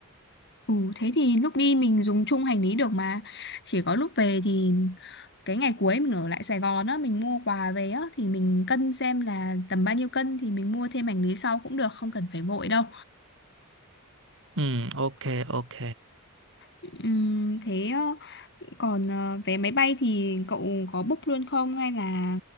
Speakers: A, on the left (about 55°); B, on the right (about 60°).
A: Ừ, thế thì lúc đi mình dùng chung hành lý được mà chỉ có lúc về thì cái ngày cuối mình ở lại Sài Gòn á mình mua quà về á thì mình cân xem là tầm bao nhiêu cân thì mình mua thêm hành lý sau cũng được không cần phải vội đâu
B: Ừ, ok, ok.
A: Ừm, thế ờ, còn ờ, vé máy bay thì cậu có book luôn không hay là